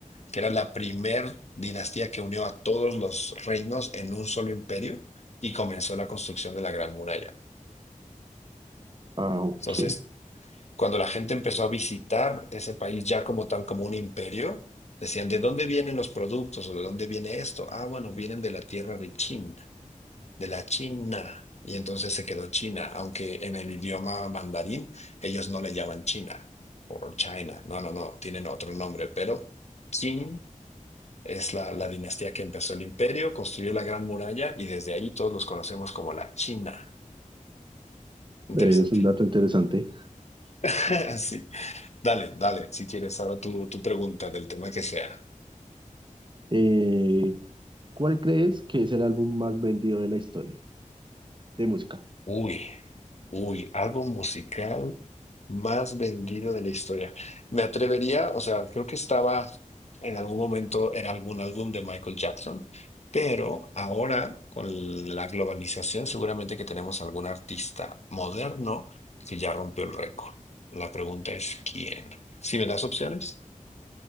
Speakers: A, on the left; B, on the right.
A: que era la primer dinastía que unió a todos los reinos en un solo imperio y comenzó la construcción de la Gran Muralla.
B: Ah, ok.
A: entonces cuando la gente empezó a visitar ese país ya como tal, como un imperio, decían, ¿de dónde vienen los productos o de dónde viene esto? Ah, bueno, vienen de la tierra de China, de la China. Y entonces se quedó China, aunque en el idioma mandarín ellos no le llaman China o China, no, no, no, tienen otro nombre, pero Qin es la, la dinastía que empezó el imperio, construyó la Gran Muralla y desde ahí todos los conocemos como la China. Interesante.
B: Es un dato interesante.
A: <laughs> Sí. Dale, dale, si quieres ahora tu, tu pregunta del tema que sea.
B: Eh, ¿cuál crees que es el álbum más vendido de la historia de música?
A: Uy, uy, álbum musical más vendido de la historia. Me atrevería, o sea, creo que estaba en algún momento en algún álbum de Michael Jackson, pero ahora con la globalización seguramente que tenemos algún artista moderno que ya rompió el récord. La pregunta es ¿quién? Si me das opciones?